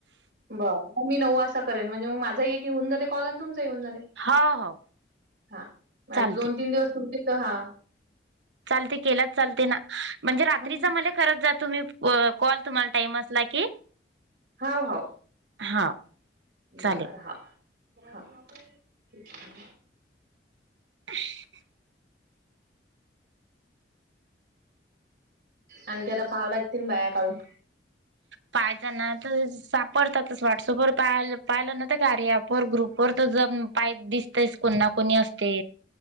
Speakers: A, on the right; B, on the right.
A: बर. मग मी नऊ वाजता करेन, म्हणजे मंग माझाही एक होऊन जाते कॉल आणि तुमचाही होऊन जाते.
B: हो हो
A: हा, म
B: चालते
A: आता दोन तीन दिवस तुमचा <unintelligible> हा.
B: चालतय की, केलाच चालते ना, म्हणजे रात्री
A: हां,
B: मला- करत जा तुम्ही, कॉल तुम्हाला टाईम असला की.
A: हाव, हाव,
B: हा चालेल
A: बर हा, हा. आहे <inaudible>
B: ह <unintelligible>
A: आणखी आता पाहावं लागतील, बाया काढून-
B: पाहिज ना, तर सापडतात व्हॉट्सअपवर पा पाहिलं ना तर गप <unintelligible> वर ग्रुप. परत जण पाय दिसतेस, कोण ना कोणी असते.